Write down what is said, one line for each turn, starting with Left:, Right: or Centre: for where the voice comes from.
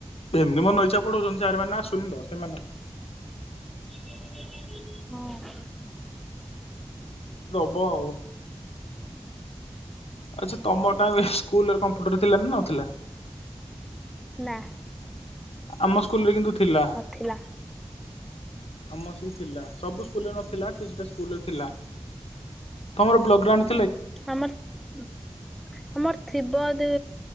Left: ଏମିତି ମନେ ଇଛା ପଢଉଛନ୍ତି ସାର୍ ମାନେ ଆସୁନି ତ ସେମାନେ
Centre: ହଁ‌।
Left: ବ ଆଚ୍ଛା ତମଟା ବେ ସ୍କୁଲର କମ୍ପ୍ୟୁଟର ଥିଲାନା ନଥିଲା?
Centre: ନା।
Left: ଆମ ସ୍କୁଲରେ କିନ୍ତୁ ଥିଲା।
Centre: ନଥିଲା
Left: ଆମସିକି ଥିଲା ସବୁ ସ୍କୁଲରେ ନଥିଲା କିଛିଟା ସ୍କୁଲ ଥିଲା ତମର ବୋକ୍ଲଗ୍ରାଉଣ୍ଡ।
Centre: ଆମର ଆମର ଥିବ ଦ